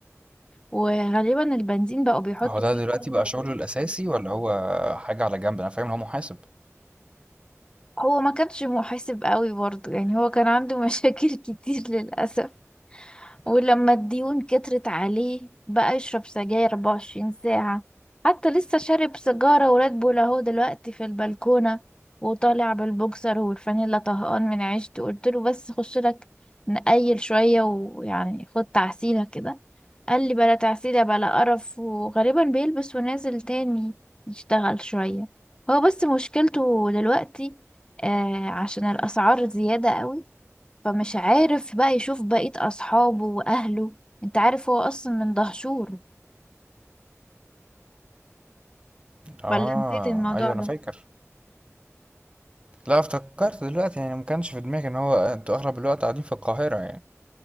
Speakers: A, on the left; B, on the right.
A: وغالبا البنزين بقوا بيحطوا
B: هو ده
A: فيه
B: دلوقتي
A: مية
B: بقى شغله الأساسي ولا هو حاجة على جنب أنا فاهم إن هو محاسب
A: هو ما كانش محاسب قوي برضه يعني هو كان عنده مشاكل <laughs> كتير للأسف ولما الديون كترت عليه بقى يشرب سجاير 24 ساعة حتى لسه شارب سيجارة وراد بول اهو دلوقتي في البلكونة وطالع بالبوكسر والفانيلا طهقان من عيشته قلت له بس خش لك نقيل شوية ويعني خد تعسيلة كده قال لي بلا تعسيلة بلا قرف وغالبا بيلبس ونازل تاني يشتغل شوية هو بس مشكلته دلوقتي آه عشان الأسعار زيادة قوي فمش عارف بقى يشوف بقية أصحابه وأهله انت عارف هو أصلا من دهشور
B: اه
A: ولا نسيت الموضوع
B: أيوه
A: ده
B: أنا فاكر لا افتكرت دلوقتي يعني ما كانش في دماغي إن هو أنتوا أغلب الوقت قاعدين في القاهرة يعني